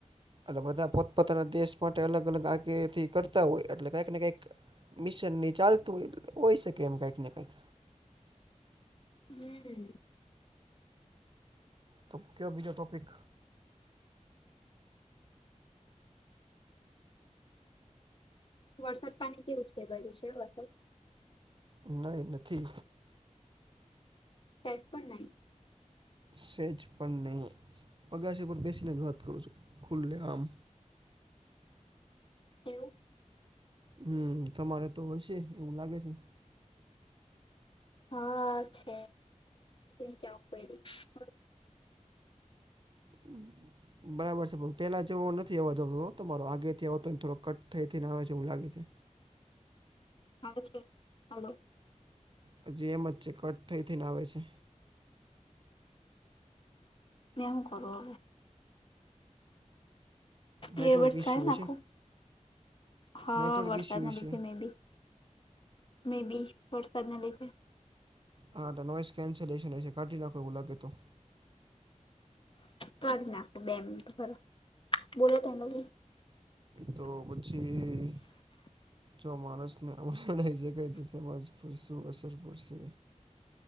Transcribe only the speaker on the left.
હમ.
વરસાદ પાણી કેવું છે ભાઈ છે વરસાદ?
ત જ પણ નહી.
એવું
હા છે. જ પ <unintelligible>
હ છે? હાલો.
બે હું કરૂ અવે. બે
વર્ષ
કરી
નાખો, હા
વરસાદ
ના
લીધે મે બી. મે બી વરસાદના લીધે.
કરી નાખો બે મિનિટ બરોબ, બોલો તો એ લોકો.